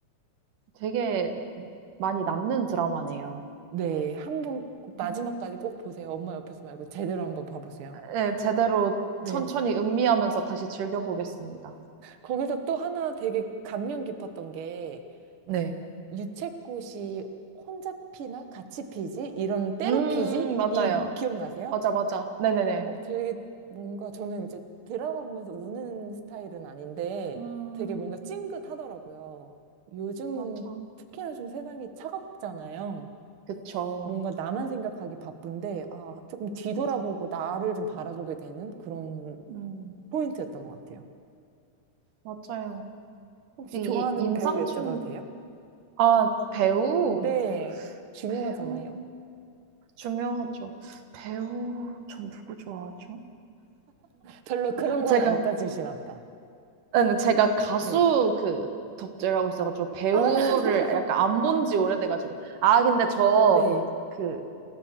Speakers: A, on the right; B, on the right.
A: 되게
B: 네.
A: 많이 남는 드라마네요.
B: 네, 한번 꼭 마지막까지
A: 음.
B: 꼭 보세요. 엄마 옆에서 말고 제대로 한번 봐보세요.
A: 네, 제대로
B: 네.
A: 천천히 음미하면서 다시 즐겨보겠습니다.
B: 거기서 또 하나 되게 감명 깊었던 게,
A: 네.
B: 유채꽃이 혼자 피나 같이 피지? 이런 때로
A: 음,
B: 피지?
A: 음, 맞아요.
B: 이 기억나세요?
A: 맞아, 맞아. 네네네.
B: 어, 되게 뭔가 저는 이제 드라마 보면서 우는 스타일은 아닌데
A: 음,
B: 되게 뭔가 찡긋하더라고요. 요즘은
A: 맞아.
B: 특히나 좀 세상이 차갑잖아요.
A: 그쵸.
B: 뭔가 나만 생각하기 바쁜데, 아, 조금 뒤돌아보고
A: 맞아.
B: 나를 좀 바라보게 되는 그런
A: 음,
B: 포인트였던 것 같아요.
A: 맞아요.
B: 혹시
A: 이게
B: 좋아하는
A: 임상춘,
B: 배우 여쭤봐도 돼요?
A: 아, 배우?
B: 네, 중요하잖아요.
A: 배우 중요하죠. 배우 전 누구 좋아하죠?
B: 별로 그런 건
A: 제가
B: 안 따지시나 보다.
A: 아니, 제가 가수
B: 네.
A: 그 덕질을 하고 있어가지고 배우를
B: 아, <laughs>
A: 약간 안 본지 오래돼가지고 아 근데 저
B: 네.
A: 그